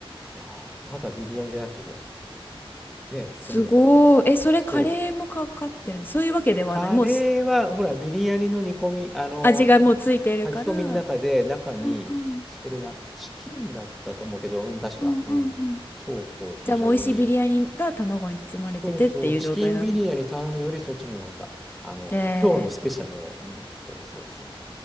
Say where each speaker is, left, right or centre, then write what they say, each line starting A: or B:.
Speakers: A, in the centre; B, on the left (about 20°).
A: いやー、ただビリヤニじゃなくて、こう、ね、
B: すごい。
A: 包んであって。
B: え、それカレーもかかってるんそういうわけではない。
A: そう。カレーは、
B: もうし
A: ほら、ビリヤニの煮込み、あの、
B: 味がもうついてるから。
A: 炊き込みの中で、
B: う
A: 中に、
B: んうん。
A: それな、チキンだったと思うけど、うん、確か、
B: うんうんうん。
A: うん。そうそう、非常に
B: じゃあもう美味しいビリヤニが卵に包まれててっていう状態なんで。
A: そうそう、チキンビリヤに頼むよりそっちの方が良かった。あの、
B: えー
A: 今日のスペシャルを。うん、そうそうそうそ